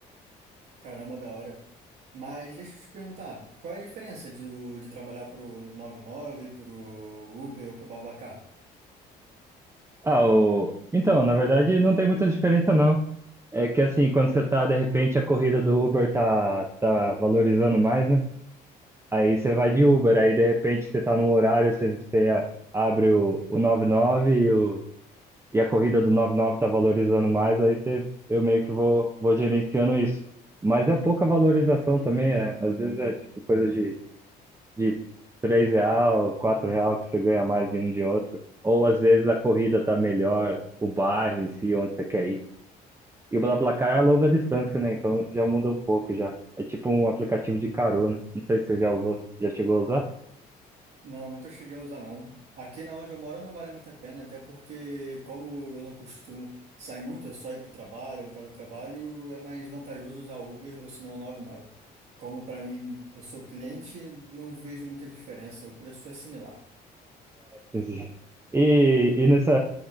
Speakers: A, on the right (about 70°); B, on the right (about 15°).
A: caramba da hora. Mas deixa eu te perguntar, qual é a diferença de, de trabalhar pro 99, pro Uber ou pro Babacar?
B: Ah, o... Então, na verdade, não tem muita diferença, não. É que assim, quando você tá, de repente, a corrida do Uber tá, tá valorizando mais, né? Aí você vai de Uber, aí de repente você tá no horário, você, você a- abre o, o 99 e, nove e, o, e a corrida do noventa e nove tá valorizando mais, aí você, eu meio que vou, vou gerenciando isso. Mas é pouca valorização também, é, às vezes é tipo coisa de de três real, quatro real que você ganha mais de um de outro. Ou às vezes a corrida tá melhor, o bairro em si, onde você quer ir. E o BlaBlaCar é a longa distância, né? Então já muda um pouco já. É tipo um aplicativo de carona. Não sei se você já usou, já chegou a usar?
A: Não, nunca cheguei a usar não. Aqui na onde eu moro não vale muito a pena, até porque como eu não costumo sair muito, é só ir pro trabalho, voltar do trabalho, é mais vantajoso usar Uber ou se não 99. Como para mim, eu sou cliente, não vejo muita diferença, o preço é similar.
B: <laughs> E, e nessa,